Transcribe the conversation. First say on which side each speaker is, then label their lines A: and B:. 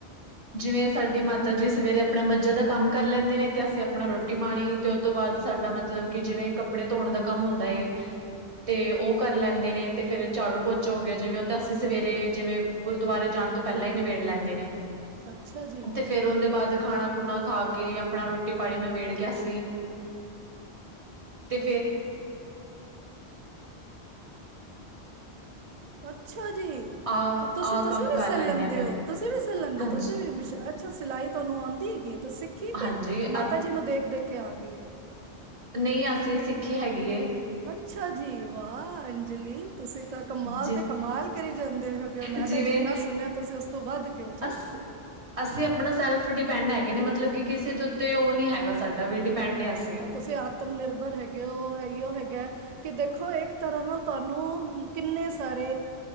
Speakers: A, on the right; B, on the right.
A: ਜਿਵੇਂ ਸਾਡੀ ਮਾਤਾ ਜੀ ਸਵੇਰੇ ਆਪਣਾ ਮੱਝਾਂ ਦਾ ਕੰਮ ਕਰ ਲੈਂਦੇ ਨੇ ਤੇ ਅਸੀਂ ਆਪਣਾ ਰੋਟੀ ਪਾਣੀ ਤੇ ਉਹ ਤੋਂ ਬਾਅਦ ਸਾਡਾ ਮਤਲਬ ਕਿ ਜਿਵੇਂ ਕੱਪੜੇ ਧੋਣ ਦਾ ਕੰਮ ਹੁੰਦਾ ਏ ਤੇ ਉਹ ਕਰ ਲੈਂਦੇ ਨੇ ਤੇ ਫੇਰ ਝਾੜੂ ਪੋਚ ਚਾ ਹੋ ਗਿਆ ਜਿਵੇਂ ਉਹ ਤਾਂ ਅਸੀਂ ਸਵੇਰੇ ਜਿਵੇਂ ਗੁਰਦੁਆਰੇ ਜਾਣ ਤੋਂ ਪਹਿਲਾਂ ਹੀ ਨਿਬੇੜ ਲੈਂਦੇ ਨੇ
B: ਅੱਛਾ ਜੀ
A: ਤੇ ਫੇਿਰ ਉਹਦੇ ਬਾਅਦ ਖਾਣਾ ਖੂਣਾ ਖਾ ਕੇ ਆਪਣਾ ਰੋਟੀ ਪਾਣੀ ਨਿਵੇੇੜ ਕੇ ਅਸੀਂ ਤੇ
B: ਅੱਛਾ ਜੀ
A: ਆਹ
B: ਤੇ ਤੁਸੀ
A: ਆਹ
B: ਤੁਸੀਂ
A: ਕੰਮ
B: ਵੀ
A: ਕਰ
B: ਸਿੱਲ ਲੈਂਦੇ
A: ਆ ਫੇਰ
B: ਹੋ ਤੁਸੀਂ ਵੀ ਲੈਂਦੇ
A: ਹਾਂਜੀ
B: ਤੁਸੀਂ ਵੀ ਅੱਛਾ ਸਿਲਾਈ ਤੁਹਾਨੂੰ ਆਉਂਦੀ ਦੀ ਗ ਸਿੱਖੀ ਕਿ
A: ਹਾਂਜੀ
B: ਮਾਤਾ ਜੀ ਨੂੰ ਦੇਖ ਦੇਖ ਕੇ ਆ ਗਈ
A: ਨਹੀਂ ਅਸੀਂ ਸਿੱਖੀ ਹੈਗੀ ਏ
B: ਅੱਛਾ ਜੀ ਵਾਹ <unintelligible> ਤੁਸੀਂ ਤਾਂ ਕਮਾਲ
A: ਜ
B: ਤੇ ਕਮਾਲ ਕਰੀ ਜਾਂਦੀ ਗੇ ਹੋ ਮੈਂ
A: ਜਿਵੇਂ
B: ਤਾਂ ਜਿੰਨਾ ਸੁਣਿਆ ਤੁਸੀਂ ਉਸ ਤੋਂ ਵੱਧ <unintelligible> ਹ
A: ਅਸ ਅਸੀਂ ਆਪਣਾ ਸੈਲਫ ਡਿਪੈਂਡ ਹੈਗੇ ਨੇ ਮਤਲਬ ਕਿ ਕਿਸੇ ਦੇ ਉੱਤੇ ਉਹ ਨੀ ਹੈਗਾ ਸਾਡਾ ਵੀ ਡਿਪੈਂਡ
B: ਨਹੀਂ
A: ਅਸੀਂ
B: ਨਹੀਂ ਤੁਸੀਂ ਆਤਮ ਨਿਰਭਰ ਹੈਗੇ ਇਓ ਹੈ ਕਿ ਦੇਖੋ ਤਰ੍ਹਾਂ ਨਾਲ ਤੁਹਾਨੂੰ ਕਿੰਨੇ ਸਾਰੇ